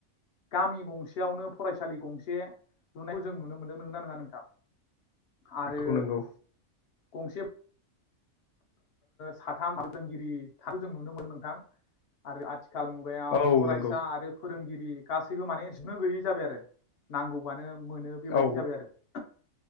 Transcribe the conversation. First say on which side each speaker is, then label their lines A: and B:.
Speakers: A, on the left (about 60°); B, on the left (about 80°).
A: गामि गंसेयावनो फरायसालि गंसे लुनायखौ जों नुनो मोनदों नोंगोना नोङा नोंथां? आरो
B: नोंगौ नोंगौ
A: गंसे साथाम फोरोंगिरि थाखो जों नुनो मोन नोंथां आरो आथिखाल मुगायाव
B: औ
A: फरायसा
B: नंगौ
A: आरो फोरोंगिरि गासैबो माने जोबनो गैयै जाबाय आरो नांगौबानो मोनो बेबायदि
B: औ
A: जाबाय आरो